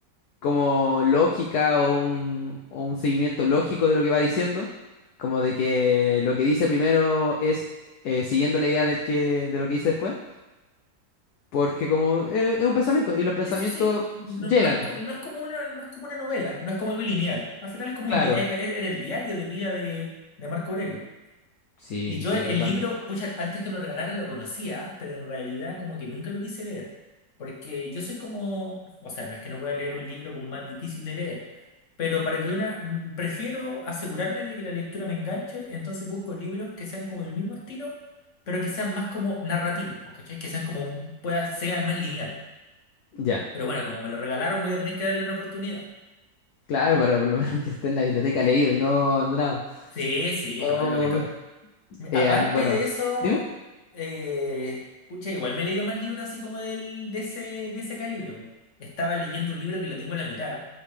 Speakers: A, on the left; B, on the left.
A: como lógica o un, o un seguimiento lógico de lo que va diciendo, como de que lo que dice primero es eh, siguiendo la idea del que, de lo que dice después, porque como eh, es un pensamiento y los pensamientos
B: sí, sí, sí. No,
A: llegan,
B: no es, co- no es como una, no es como una novela, no es como algo lineal. Al final es como
A: claro.
B: un di- eh, eh, era el diario de vida de, de Marco Aurelio.
A: Sí,
B: Y yo
A: sí,
B: el
A: totalmente.
B: libro, pucha, antes que me lo regalaran lo conocía, pero en realidad como que nunca lo quise leer, porque yo soy como, o sea, no es que no pueda leer un libro como más difícil de leer, pero para que una, mm, prefiero asegurarme de que la lectura me enganche, entonces busco libros que sean como del mismo estilo, pero que sean más como narrativos, pues, ¿cachai? Que sean como, mm, pueda, sea más lineal.
A: Ya,
B: Pero bueno, como me lo regalaron, voy a tener que darle una oportunidad.
A: claro, para por lo menos que esté en la biblioteca leído y no abandonado.
B: Sí, sí,
A: O,
B: no, es lo que toca.
A: eh,
B: Aparte
A: a mí- bueno,
B: de eso,
A: dime,
B: eh, pucha, igual me he leído más libros así como del, de ese, de ese calibre. po. Estaba leyendo un libro que lo tengo en la mitad,